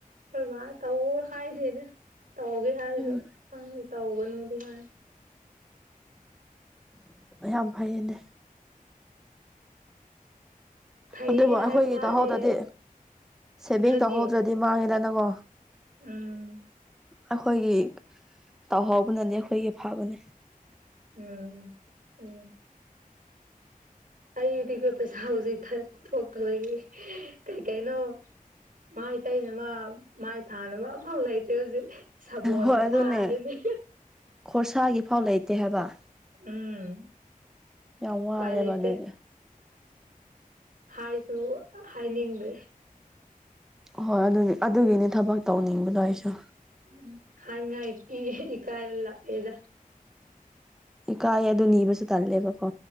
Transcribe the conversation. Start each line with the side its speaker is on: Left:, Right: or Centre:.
Right: ꯑꯩꯈꯣꯏ ꯕꯥꯅ ꯇꯧꯒ ꯍꯥꯏꯗꯦꯅꯦ ꯇꯧꯒꯦ ꯍꯥꯏꯔꯁꯨ
Centre: ꯎꯝ
Right: ꯈꯪꯗꯦ ꯇꯧꯒꯅꯨꯗꯤ ꯍꯥꯏ
Centre: ꯌꯥꯝ ꯐꯩꯌꯦꯅꯦ
Right: ꯐꯩꯌꯦ
Centre: ꯑꯗꯨꯕꯨ ꯑꯩꯈꯣꯏꯒꯤ
Right: ꯍꯥꯏꯕ ꯋꯥꯅꯦ
Centre: ꯇꯥꯍꯧꯗ꯭ꯔꯗꯤ ꯁꯦꯚꯤꯡ
Right: ꯅꯣꯏꯗꯤ
Centre: ꯇꯧꯍꯧꯗ꯭ꯔ ꯗꯤ ꯃꯥꯡꯉꯤꯗꯅꯀꯣ
Right: ꯎꯝ
Centre: ꯑꯩꯈꯣꯏꯒꯤ ꯇꯧꯍꯧꯕꯅꯗꯤ ꯑꯩꯈꯣꯏꯒꯤ ꯐꯕꯅꯦ
Right: ꯎꯝ ꯎꯝ ꯑꯩꯗꯤ ꯄꯩꯁꯥ ꯍꯧꯖꯤꯛ ꯊꯣꯛꯇꯕꯒꯤ ꯀꯩ ꯀꯩꯅꯣ ꯃꯥꯏ ꯇꯩꯅꯕ ꯃꯥꯏ ꯊꯥꯅꯕ ꯑꯝꯐꯥꯎ ꯂꯩꯇꯦ ꯍꯧꯖꯤꯛ ꯁꯥꯕꯣꯜꯅ
Centre: ꯍꯣꯏ ꯑꯗꯨꯅꯦ
Right: ꯊꯥꯔꯅꯦ
Centre: ꯈꯣꯔꯁꯥꯒꯤ ꯐꯥꯎ ꯂꯩꯇꯦ ꯍꯥꯏꯕ
Right: ꯎꯝ
Centre: ꯌꯥꯝ ꯋꯥꯔꯦꯕ
Right: ꯎꯄꯥꯏ ꯂꯩꯇꯦ
Centre: ꯑꯗꯨꯒꯤ
Right: ꯍꯥꯏꯁꯨ ꯍꯥꯏꯅꯤꯡꯗꯦ
Centre: ꯍꯣꯏ ꯑꯗꯨꯒꯤ ꯑꯗꯨꯒꯤꯅꯦ ꯊꯕꯛ ꯇꯧꯅꯤꯡꯕꯗꯣ ꯑꯩꯁꯨ
Right: ꯎꯟ ꯍꯥꯏꯅꯤꯡꯉꯥꯏꯗꯤ ꯏꯀꯥꯏꯔ ꯂꯥꯛꯑꯦꯗ
Centre: ꯏꯀꯥꯏꯌꯦ ꯑꯗꯨ ꯅꯤꯕꯁꯨ ꯇꯜꯂꯦꯕꯀꯣ